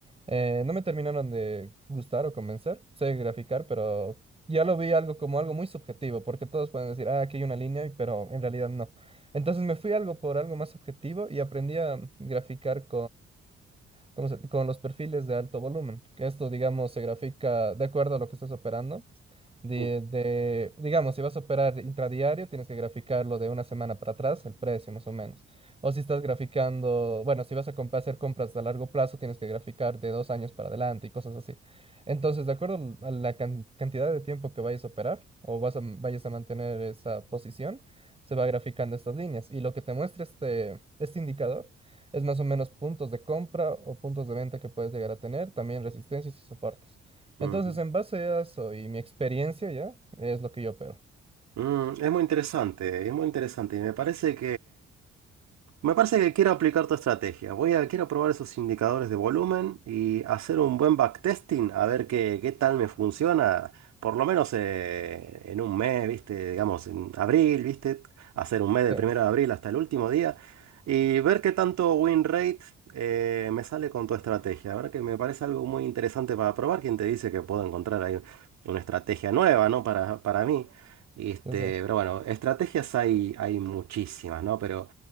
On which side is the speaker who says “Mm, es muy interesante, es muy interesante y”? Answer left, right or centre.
Right